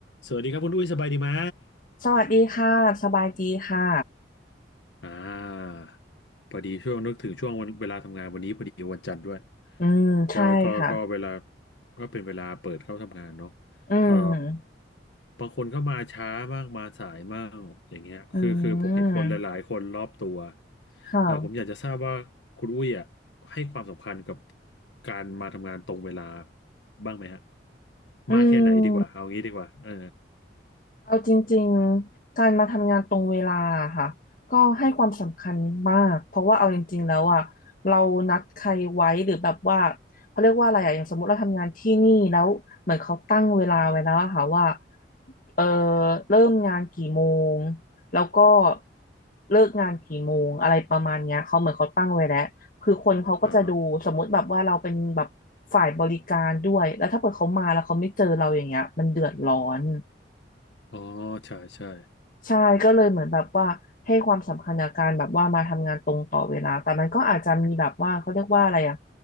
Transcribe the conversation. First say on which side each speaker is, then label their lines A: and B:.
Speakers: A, on the left (about 80°); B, on the left (about 50°).
A: สวัสดีครับคุณอุ้ยสบายดีไหม
B: สวัสดีค่ะสบายดีค่ะ
A: อ่าพอดีช่วงนึกถึงช่วงวันเวลาทำงานวันนี้พอดีวันจันทร์ด้วย
B: อืมใช่ค่ะ
A: ก็ก็ก็เวลาก็เป็นเวลาเปิดเข้าทำงานเนาะ
B: อืม
A: เอ่อบางคนก็มาช้ามากมาสายมากอย่างเงี้ยคือคือผมเห็นคนหลายๆคนรอบตัว
B: อืมค่ะ
A: เอ่อผมอยากจะทราบว่าคุณอุ้ยอ่ะให้ความสำคัญกับการมาทำงานตรงเวลาบ้างไหมฮะ
B: อื
A: มากแค่ไหนดีกว่าเอางี้ดีกว่าเออ
B: ม เอาจริงๆ การมาทำงานตรงเวลาอะค่ะก็ให้ความสำคัญมากเพราะว่าเอาจริงๆแล้วอ่ะเรานัดใครไว้หรือแบบว่าเขาเรียกว่าอะไรอ่ะอย่างสมมติเราทำงานที่นี่แล้วเหมือนเขาตั้งเวลาไว้แล้วอะค่ะว่าเออเริ่มงานกี่โมงแล้วก็เลิกงานกี่โมงอะไรประมาณเนี้ยเขาเหมือนเขาตั้งไว้แล้วคือคนเขาก็จะดูสมมติแบบว่าเราเป็นแบบฝ่ายบริการด้วยแล้วถ้าเกิดเขามาแล้วเขาไม่เจอเราอย่างเงี้ยมันเดือดร้อน
A: อ๋ออ๋อใช่ใช่
B: ใช่ก็เลยเหมือนแบบว่าให้ความสำคัญกับการแบบว่ามาทำงานตรงต่อเวลาแต่มันก็อาจจะมีแบบว่าเขาเรียกว่าอะไรอะ